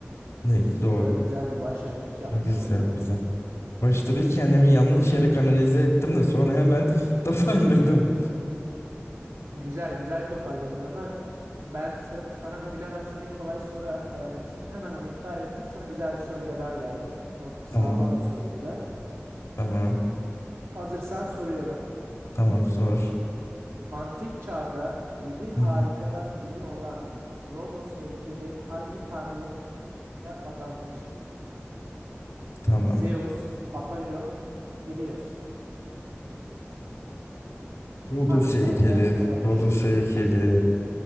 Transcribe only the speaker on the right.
İlk soruda
güzel bir başlangıç yapmış
oldun.
Güzel güzel toparladın ama ben sa- sana bunu bilemezsin diye kolay soru ayarlamıştım. Hemen onu iptal ettim. Sana güzel bir soruyla daha geldim. Çok sağlam
bir soru bu da.
Hazırsan soruyorum.
Antik çağda yedi harikadan
biri olan Rodos heykeli hangi tanrıya adanmıştır?
Zeus, Apollon, Helios.
Hangi
tanrıya adanmıştır?